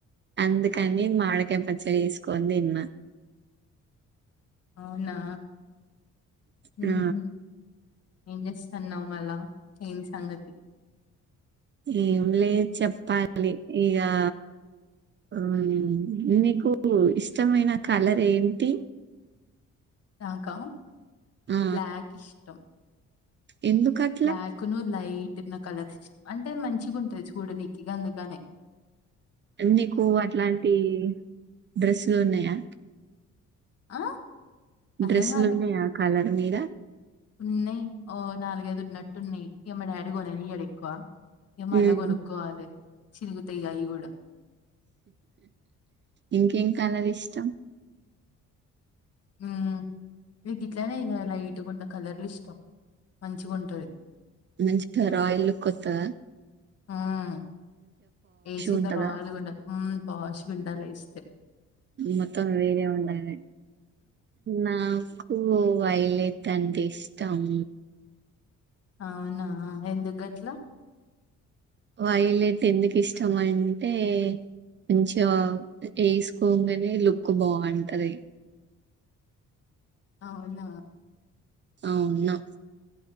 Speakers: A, on the right; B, on the left.
A: అందుకని మావిడకాయ పచ్చడి వేసుకొని తిన్న
B: అవునా
A: ఆ
B: ఉహు ఏం చేస్తున్నావు మళ్ళా, ఏం సంగతి
A: ఏం లే చెప్పాలి ఇగా ఆ నీకు ఇష్టమైన కలర్ ఏంటి
B: నాకా
A: ఆ
B: బ్లాక్ ఇష్టం
A: ఎందుకు అట్లా
B: బ్లాక్ ను లై లైటు ఉన్న కలర్ ఇష్ అంటే మంచిగుంటై చూడనీకి గందుకనే
A: నీకు అట్లాంటి డ్రెస్సులు ఉన్నాయా
B: ఆ అర్థం
A: డ్రెస్సులు
B: కాలే
A: ఉన్నాయా కలర్ మీద
B: ఉన్నాయి ఓ నాలుగైదు ఉన్నట్టు ఉన్నాయి ఏ మ డాడీ కొననియడెక్కువ నే మళ్ళా
A: ఉమ్.
B: కొనుక్కోవాలె చిరుగుతాయి అయి గూడ
A: ఇంకేం కలర్ ఇష్టం
B: మ్మ్ నీ కిట్లనేగా లై ఎట్టుగున్న కలర్లు ఇష్టం మంచిగుంటది
A: మంచిగ రాయల్ లుక్ వొత్తద
B: మ్ ఏసీతో
A: ఉంటదా
B: రోయల్ గుండ హ్మ్ పాష్ గా ఉండాలి ఇస్తే
A: మొత్తం వేరే ఉండాలె నాకు వైలే తంటే ఇష్టం
B: అవునా ఎందుకు అట్లా
A: వైలెట్ ఎందుకు ఇష్టం అంటే కొంచెం వేసుకోగానే లుక్ బాగుంటది
B: అవునా
A: అవునా